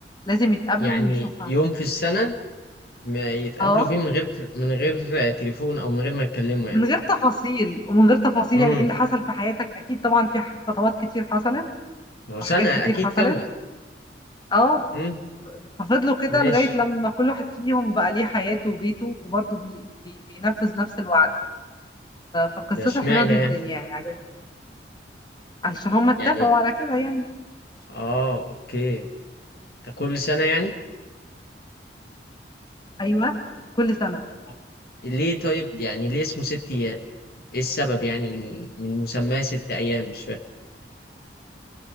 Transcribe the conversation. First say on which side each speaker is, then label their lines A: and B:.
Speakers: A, on the left; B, on the left.
A: لازم يتقابلوا
B: يعني
A: ويشوفها
B: يوم في السنة ما يتقابلوا
A: اه
B: فيه من غير من غير تليفون أو من غير ما يتكلموا يعني
A: من غير تفاصيل ومن غير تفاصيل
B: امم
A: يعني ايه اللي حصل في حياتك اكيد طبعا في خطوات كتير حصلت
B: هو سنة
A: وحاجات كتير
B: أكيد
A: حصلت
B: كاملة
A: اه
B: امم
A: ففضلوا كده
B: ماشي
A: لغاية لما كل واحد فيهم بقى ليه حياته وبيته وبرضه بي بي بينفذ نفس الوعد ف- فقصته
B: ده اشمعنى
A: حلوة جدا
B: يعني
A: يعني عجبتني. علشان هم اتفقوا
B: يعني
A: على كده يعني
B: آه أوكي ده كل سنة يعني
A: أيوة كل سنة
B: طب ليه طيب يعني ليه اسمه ست أيام؟ إيه السبب يعني من من مسماه ست أيام مش فاهم